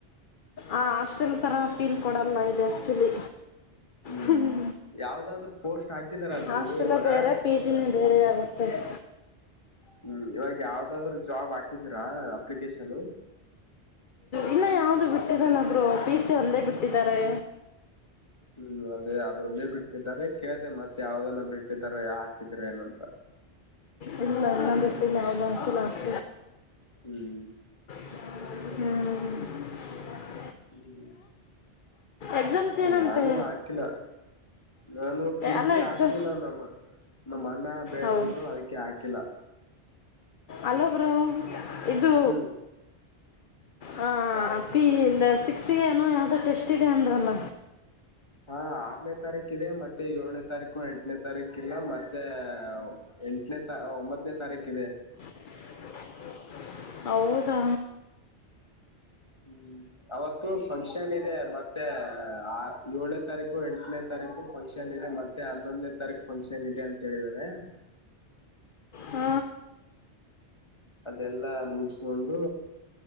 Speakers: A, on the left; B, on the left.
A: ಆ ಹಾಸ್ಟೆಲ್ ತಥರ ಫೀಲ್ ಕೊಡಲ್ಲ ಇದು ಆಕ್ಚುಲಿ
B: ಹ್ಮ್
A: ಹ್ಮ
B: ಯಾವ್ದಾದ್ರು ಪೋಸ್ಟ್ ಹಾಕಿದಾರ ನೀವು
A: ಹಾಸ್ಟೆಲ್
B: ಇವಾಗ
A: ಬೇರೆ ಪಿ ಜಿನ ಬೇರೆ ಆಗುತ್ತೆ <inaudible>
B: ಹ್ಮ್ ಇವಾಗ ಯಾವ್ದಾದ್ ಜಾಬ್ ಹಾಕಿದರಾ ಅಪ್ಲಿಕೇಶನ್
A: ಇನ್ನು ಯಾವ್ದು ಬಿಟ್ಟಿದನಬ್ರು ಪೀ ಸಿ ಒಂದೇ ಬಿಟ್ಟಿದ್ದಾರೆ
B: ಹ್ಮ್ ಅದೇ ಅದೊಂದೇ ಬಿಟ್ಟಿದ್ದಾರೆ ಕೇಳ್ದ ಮತ್ತೆ ಯಾವ್ದನ ಬಿಟ್ಟಿದ್ದಾರೆ ಹಾಕಿದ್ರ ಏನಂತ
A: ಅಲ್ಲಿ ಲರ್ನ್ನ ಬಷ್ಟ ಯವುದ ಲಾಸ್
B: ಹ್ಮ್
A: ಹ್ಮ್
B: ಹ್ಮ್
A: ಎಕ್ಸಾಮ್ಸ್ ಏನಂತೆ
B: ನಾನು ಆಕಿಲ್ಲ ನಾನು ಪ
A: ಅಲ್ಲ
B: ಸಿ
A: ಎಕ್ಸಾಮ್
B: ಹಾಕ್ಲಿಲ್ಲ ನಮ್ಮ ನಮ್ಮ ಅಣ್ಣ ಬೇಡ
A: ಹೌದು
B: ಅಂದ್ರು ಅದಕ್ಕೆ ಹಾಕಿಲ್ಲ
A: ಅಲಬ್ರು ಇದು
B: ಹ್ಮ್
A: ಹ ಪಿ ಸಿಕ್ಸಿಗೆ ಏನೋ ಯಾವ್ದೋ ಟೆಸ್ ಇದೆ ಅಂದ್ರಲ್ಲ
B: ಹಾ ಆರನೇ ತಾರೀಕ ಇದೆ ಮತ್ತೆ ಏಳನೇ ತಾರೀಕು ಎಂಟನೇ ತಾರೀಕಿಲ್ಲ ಮತ್ತೆ ಎಂಟನೇ ತ ಒಂಬತ್ತನೇ ತಾರೀಕ ಇದೆ
A: <inaudible> ಹೌದಾ
B: ಹ್ಮ್ ಅವತ್ತು ಫಂಕ್ಷನ್ ಇದೆ ಮತ್ತೆ ಆ ಏಳನೇ ತಾರೀಕು ಎಂಟನೇ ತಾರೀಕು ತಾರೀಕು ಫಂಕ್ಷನ್ ಇದೆ ಮತ್ತೆ ಹನ್ನೊಂದನೇ ತಾರೀಕು ಫಂಕ್ಷನ್ ಇದೆ ಅಂತ ಹೇಳಿದಿದ್ದಾರೆ
A: ಹ್ಮ
B: ಅದೆಲ್ಲಾ ಮುಗಿಸಕೊಂಡು